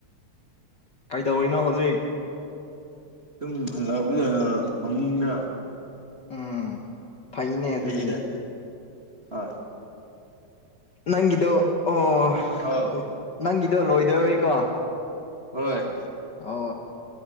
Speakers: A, on the left; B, on the right.
A: ꯀꯩꯗꯧꯔꯤꯅꯣ ꯍꯧꯖꯤꯛ
B: ꯑꯗꯨꯝ <unintelligible> ꯐꯃꯨꯡꯗ
A: ꯎꯝ ꯐꯩꯅꯦ ꯑꯗꯨꯗꯤ
B: ꯂꯩꯗ ꯍꯣꯏ
A: ꯅꯪꯒꯤꯗꯣ ꯑꯣ
B: ꯑ
A: ꯅꯪꯒꯤꯗꯣ ꯂꯣꯏꯗꯔꯣꯏꯀꯣ
B: ꯍꯣꯏ
A: ꯑꯣ